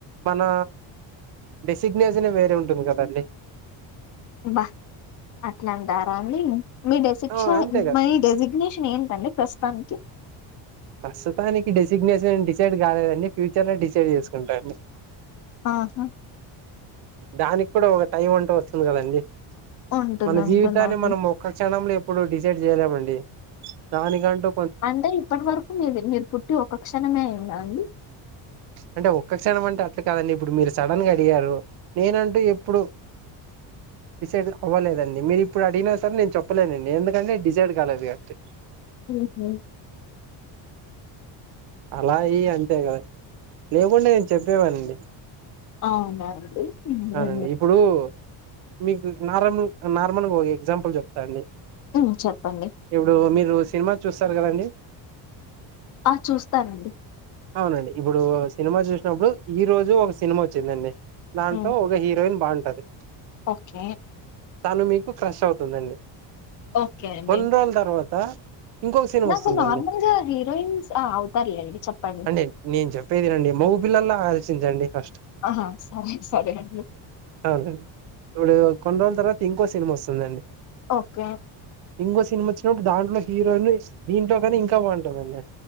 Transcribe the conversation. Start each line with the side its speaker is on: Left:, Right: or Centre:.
Right: మన డెసిగ్నేషన్ వేరే ఉంట ఉంటుంది కదండి
Left: బా అట్లాంటారా అండి మీ డెసి
Right: ఆ అంతే కదా
Left: మీ డెసిగ్నేషన్ ఏంటండి ప్రస్ తనకి
Right: ప్రస్తుతానికి డెసిగ్నేషన్ డిసైడ్ కాలేదండి ఫ్యూచర్ లో డిసైడ్ చేసుకుంటా అండి
Left: ఆహా
Right: దానికి కూడా ఒక టైం అంటు వస్తుంది కదండి
Left: ఉంటుంది.
Right: మన
Left: ఉంటుందండి.
Right: జీవితాన్ని మనం ఒక్క క్షణంలో ఎప్పుడు డిసైడ్ చేయలేమండి దానికంటు
Left: అంటే ఇప్పట్ వర్ మీది మీర్ పుట్టి ఒక క్షణమే అయింద అండి
Right: అంటే ఒక్క క్షణం అంటే అట్ల కాదండి ఇప్పుడు మీర్ సడన్ గా అడిగారు నేనంటు ఎప్పుడు. డిసైడ్ అవ్వలేదండి మీర్ ఇప్పుడ్ అడిగిన సరే నేన్ చెప్పలేనండి ఎందుకంటే నే డిసైడ్ కాలేదు కాట్టి.
Left: మ్హు
Right: అల ఈ అంతేగద లేకుంటె నేన్ చెప్పేవండి
Left: అవున అండి హ్మ్.
Right: అవునండి ఇప్పుడు మీకు నర్మల్ నార్మల్గా ఒక ఎగ్జాంపుల్ చెప్తా అండి
Left: హ్మ్. చెప్పండి.
Right: ఇప్పుడు మీరు సినిమా చుస్ తర్ గదండి
Left: ఆ! చూస్తానండి.
Right: అవునండి ఇపుడు సినిమ చూసినప్పుడు ఈ రోజు ఒక సినిమా ఒచ్చిందండి
Left: హ్మ్.
Right: టో ఒక హీరోయిన్ బాన్ టది
Left: ఓకే
Right: తను మీకు క్రష్ అవుతుందండి
Left: ఓకే అండి.
Right: కోన్ రొల్ తర్వత్ త ఇంకొక్సిన్
Left: నాకు
Right: వస్తుందండి
Left: నార్మల్‌గా హీరోయిన్స్ ఆ! అవుతారులేండి చెప్పండి.
Right: అండి నేన్ చెప్పేదినండి మొగ్ పిల్లలా ఆలోచించండి కష్
Left: ఆహా సరే సరే అండి.
Right: అవునండి ఇపడు కొన్ రోజుల్ తర్వాత ఇంకో సినిమ ఒస్తుందండి
Left: ఓకే
Right: ఇంకో సినిమ ఒచ్చినప్పుడ్ దాంట్లో హీరోయి దీంట్లో కానీ ఇంకా బాగుంటుందండి